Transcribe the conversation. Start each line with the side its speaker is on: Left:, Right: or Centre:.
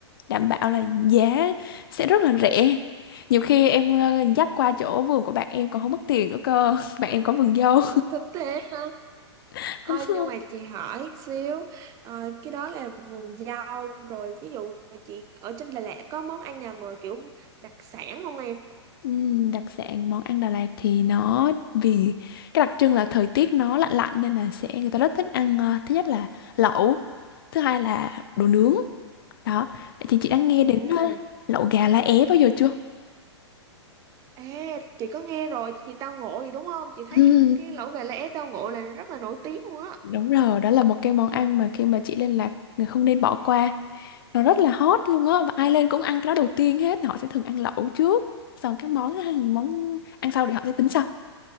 Left: Đảm bảo là giá sẽ rất là rẻ. Nhiều khi em ờ, dắt qua chỗ vườn của bạn em còn không mất tiền nữa cơ. <laughs> Bạn em có vườn dâu.
Right: Có thế hả?
Left: <laughs>
Right: Ôi
Left: Đúng không?
Right: nhưng mà chị hỏi xíu, ờ, cái đó là vườn rau rồi ví dụ chị ở trên Đà Lạt có món ăn nào mà kiểu đặc sản không em?
Left: Ừm, đặc sản món ăn Đà Lạt thì nó vì cái đặc trưng là thời tiết nó lạnh lạnh nên là sẽ người ta rất thích ăn ờ, thứ nhất là lẩu, thứ hai là đồ nướng.
Right: Ừ.
Left: Đó. Vậy thì chị đã nghe
Right: Ừ.
Left: đến ờ, lẩu gà lá é bao giờ chưa?
Right: À, chị có nghe rồi, chị tao ngộ gì đúng không? Chị thấy
Left: Ừm,
Right: cái, cái lẩu gà lá é tao ngộ là rất là nổi tiếng luôn á.
Left: Đúng rồi, đó là một cái món ăn mà khi mà chị lên Lạc người không nên bỏ qua. Nó rất là hot luôn á và
Right: Ừ.
Left: ai lên cũng ăn cái đó đầu tiên hết, họ sẽ thường ăn lẩu trước, xong các món <laughs> món ăn sau thì họ sẽ tính sau.